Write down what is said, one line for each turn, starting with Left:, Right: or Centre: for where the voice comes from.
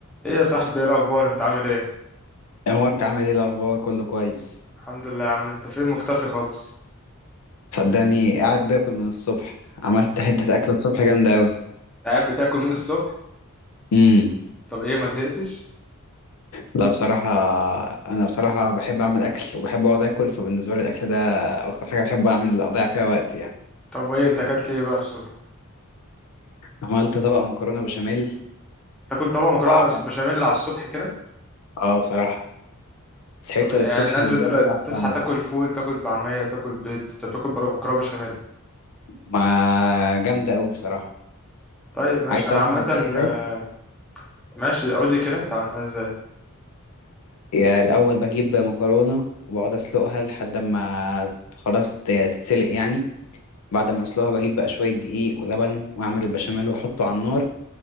Centre: ايه يا صاحبي ايه الاخبار انت عامل ايه
Left: يا مارك عامل ايه الاخبار كله كويس
Centre: الحمد لله يا عم انت فين مختفي خالص
Left: صدقني قاعد باكل من الصبح عملت حته اكله الصبح جامده قوي
Centre: قاعد بتاكل من الصبح
Left: امم
Centre: طب ايه ما زهقتش
Left: لا بصراحه انا بصراحه بحب اعمل اكل وبحب اقعد اكل فبالنسبه لي الاكل ده اكتر حاجه بحب اعمل اضيع فيها وقت يعني
Centre: طب وايه انت اكلت ايه بقى الصبح
Left: عملت طبق مكرونه بشاميل
Centre: تاكل طبق مكرونه
Left: وعملت
Centre: بشاميل على الصبح كده
Left: اه بصراحه صحيت
Centre: طب يعني
Left: الصبح
Centre: الناس
Left: من
Centre: بتر...
Left: بدري
Centre: بتصحى
Left: قعدت اعمل
Centre: تاكل فول تاكل طعميه تاكل بيض انت بتاكل بر- مكرونه بشاميل
Left: ما جامده قوي بصراحه
Centre: طيب ماشي
Left: عايز تعرف
Centre: انا عامه
Left: عملتها ازاي
Centre: آه، ماشي قول لي كده انت عملتها ازاي
Left: يا الاول بجيب مكرونه وبقعد اسلقها لحد ما خلاص ت- تتسلق يعني بعد ما اسلقها بجيب بقى شويه دقيق ولبن واعمل البشاميل واحطه على النار